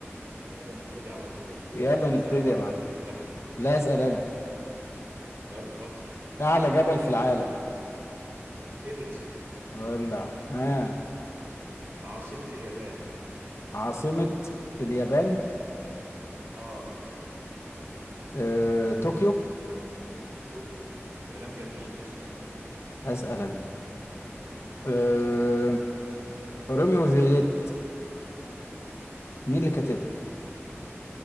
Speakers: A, on the right; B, on the left.
A: يلا نبتدي على طول
B: يلا
A: اسال
B: نبتدي
A: انا ولا
B: يا معلم
A: تسال انت
B: لا اسأل انا
A: طب اتفضل
B: اعلى جبل في العالم
A: ايفرست
B: ولع ها
A: عاصمه اليابان
B: عاصمة اليابان
A: اه
B: آه، طوكيو
A: طوكيو كلام جميل اسال
B: اسأل انا آه، روميو وجولييت مين اللي كاتبها